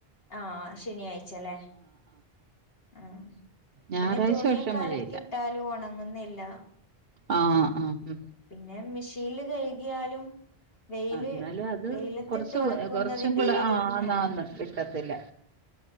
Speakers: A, on the left; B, on the right.
A: ആഹ് ശനിയാഴ്ചല്ലേ ആഹ്
B: ഞായറാഴ്ച
A: പിന്നെ തുണ്യൊക്കലക്കി
B: പക്ഷെ മഴയില്ല.
A: ട്ടാലും ഒണങ്ങുന്നില്ല.
B: ആഹ് ആഹ് ഹും.
A: പിന്നെ മെഷീന്ല് കെഴ്കിയാലും വെയില്
B: ആ, എന്നാലും അത്
A: വെയ്ലത്തിട്ട്
B: കുറച്ച്
A: ഒണക്കുന്നതിന്റെ
B: കുറച്ചും കൂടെ
A: ഒര്ത്
B: ആ, ആന്നാന്ന്
A: ആഹ് <inaudible>
B: കിട്ടത്തില്ല.